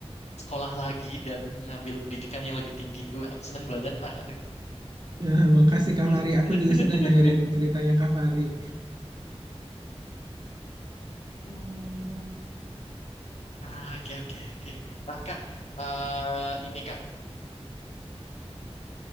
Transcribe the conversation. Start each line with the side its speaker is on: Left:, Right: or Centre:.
Left: sekolah lagi dan mengambil pendidikan yang lebih tinggi. Wah, aku seneng banget Kak.
Right: <laughs> makasih Kak
Left: <laughs>
Right: Fari. Aku juga senang dengerin ceritanya Kak Fari.
Left: Hmm. Ah, Oke, oke, oke. Nah, Kak, eh, ini Kak.